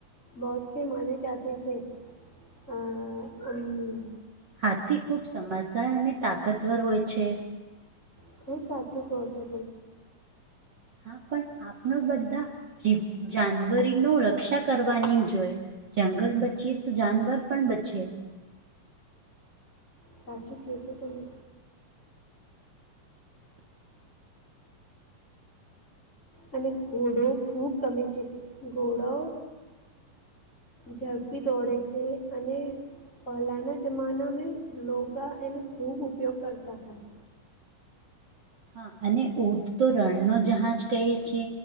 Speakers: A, on the left; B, on the right.
A: બહુ છે મને. આ હમ.
B: હાથી ખૂબ સમજદાર અને તાકાતવર હોય છે.
A: હા તમે સાચું કહો છો.
B: હા, પણ આપણે બધા જ જાનવરોની રક્ષા કરવાની જોઈએ. જંગલ બચી જાય તો જાનવર પણ બચે.
A: સાચું કહો છો તમે. અને ઘોડો ખૂબ ગમે, ઘોડો. ઝડપી દોડે છે, અને પહેલાના જમાના મે લોગા તેનો ખૂબ ઉપયોગ કરતા તા.
B: હા. અને ઊંટ તો રણનો જહાજ કહે છે.